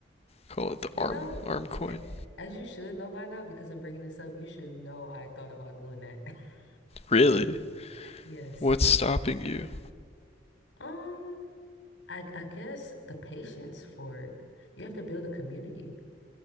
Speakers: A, on the left; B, on the left.
A: Call it the
B: You
A: arm
B: know,
A: arm
B: y-
A: coin.
B: a- as you should know by now, because I'm bringing this up, you should know I thought about doing that. <laughs>
A: Really?
B: Yes.
A: What's stopping you?
B: Um, I I guess the patience for it. You have to build a community.